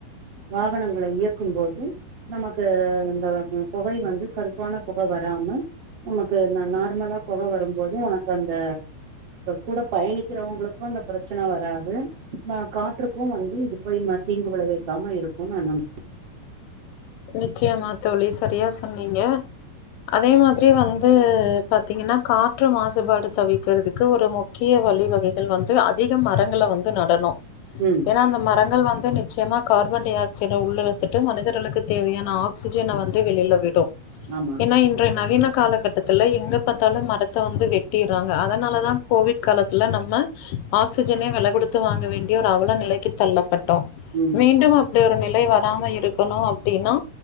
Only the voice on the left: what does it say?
நிச்சயமா தோழி சரியா சொன்னீங்க அதே மாதிரி வந்து பாத்தீங்கன்னா காற்று மாசுபாடு தவிக்கிறதுக்கு ஒரு முக்கிய வலிவகைகள் வந்து அதிக மரங்கள வந்து நடணும்
ஏன்னா அந்த ம ரங்கள் வந்து நிச்சயமா கார்பன் டை ஆக்சைடு உள்ள இழுத்துட்டு மனிதர்களுக்கு தேவையான ஆக் சிஜன வந்து வெளியில விடும்
ஏன்னா இன்றைய நவீன காலகட்டத்துல எங்க பார்த்தாலும் மரத்த வந்து வெட்டியறாங்க அதனாலதான் கோவிட் காலத்துல நம்ம ஆக்சிஜனே வெல கொடுத்து வாங்க வேண்டிய ஒரு அவல நிலைக்கு தள்ளப்பட் டோம்
மீண்டும் அப்டி ஒரு நில மை வராம இருக்கணும் அப்படினா